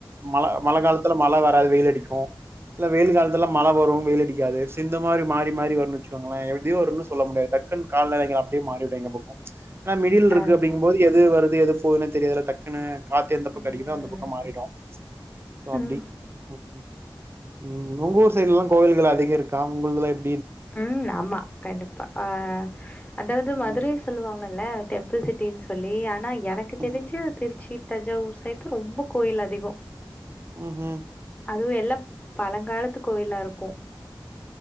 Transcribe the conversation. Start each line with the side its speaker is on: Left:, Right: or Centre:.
Right: மழ-மழ காலத்துல மழ வராது வெயில் அடிக்கு இல்ல வெயில் காலத்துல மழ வரு வெயில் அடிக்காது சோ இந்த மாரி மாறி மாறி வருன்னு வச்சுக்கோங்களே எப்டி வருன்னு சொல்ல முடியாது டக்குனு காலநிலைக அப்டியே மாறிடு எங்க பக்கம் ஆனா மிடில்ல இருக்கு
Left: அதுதான்
Right: அப்டிங்கும்போது எது வருது எது போதுன்னு தெரியாதுல தக்குன்னு காத்து எந்த பக்க
Left: ம்
Right: அடிக்குதோ அந்த பக்கம் மாறிடு சோ அப்டி
Left: ம்
Right: ம் ம் உங்க ஊர் சைடு்லல்லா கோவில்கள் அதிகோ இருக்கா உங்குள்துல எப்
Left: உம் ஆமா கண்டிப்பா ஆஹ் அதாவது
Right: ம்
Left: மதுரை சொல்லுவாங்குல டெம்பிள் சிட்டின்னு சொல்லி ஆனா எனக் எனக்கு தெரிஞ்சு
Right: ம்
Left: திருச்சிக் த் தஞ்சாவூர் சைடு தா ரொம்ப கோயில் அதிகோ
Right: ஹூ ஹும்
Left: அதுவும் எல்லாம் பழங்காலத்து கோவிலா இருக்கு